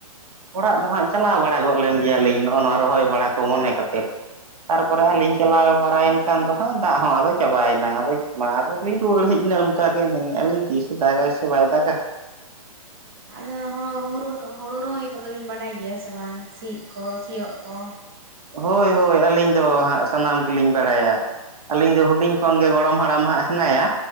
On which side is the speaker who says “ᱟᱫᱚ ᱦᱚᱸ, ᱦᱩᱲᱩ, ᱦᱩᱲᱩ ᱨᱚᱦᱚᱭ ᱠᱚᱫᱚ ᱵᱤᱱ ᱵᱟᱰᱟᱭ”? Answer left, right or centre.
Right